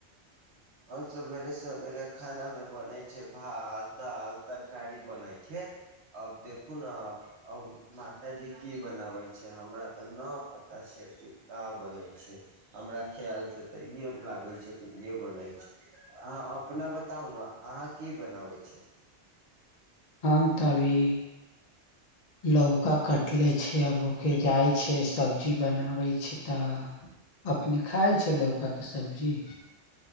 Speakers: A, on the right (about 80°); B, on the left (about 50°).
A: आऔर सवेरे सवेरे खाना मे बनै छैय भात दाल तरकारी बनय छैय अब देख देखु ने मातााजी की बनावे छैय हमरा ते न पता छैय। बन छैय हमरा खयाल से त इे लागे छैय कि इे बना छैय। अहाँ अपना बताउ ने अहाँ की बनाबै छियय?
B: हम तो आभी लौका कट ले छै आब ओके जाइ छैय सब्जी बनाबै छैय तऽ अपने खाइ छैय लौके सब्जी?